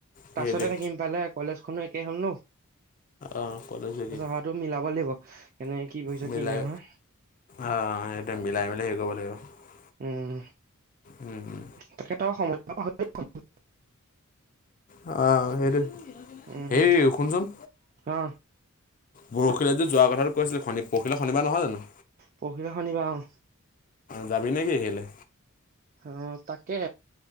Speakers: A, on the left; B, on the right.
A: সেইটোৱে
B: তাছতে থাকিম পালে কলেজখনো একে হল নহ।
A: অ, কলেজ লাগে।
B: খোৱাটো মিলাব লাগিব কেনে কি পাইছা
A: মিলাই
B: কি নাই হোৱা
A: অ', সেইটো <unintelligible>
B: উম
A: উম।
B: তেখেতেক আৰু সময় <unintelligible>
A: অহ, সেইটো
B: উম
A: হেই শুনচোন
B: অ
A: পৰখিলে যে যোৱা কথাটো কৈছিল পৰখিলে শনিবাৰ নহয় জানো।
B: পৰহিলে শনিবাৰ অ
A: যাবি নে কি আহিলে
B: অহ তাকে